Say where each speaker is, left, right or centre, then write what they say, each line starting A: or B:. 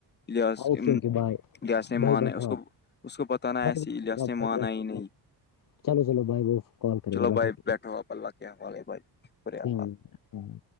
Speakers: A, on the left; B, on the left.
A: لحظ
B: اوکے اوکے بھائی
A: لہاظ نے
B: بھائی
A: مانا
B: بیٹھو
A: ہے اس کو
B: آپ
A: اس کو پت نہا
B: بھائی
A: ایسے
B: وہ کرے
A: ہی لحاظ
B: گا،
A: نے
B: بھائی
A: مانا
B: بیٹھو
A: ہی نہیں
B: آپ، چلو چلو بھائی وہ کال کرے
A: چلو
B: گا
A: بھائی
B: السلام
A: بیٹھو آپ اللہ کے ہمے بھائی شکریہ اللہ
B: علیکم۔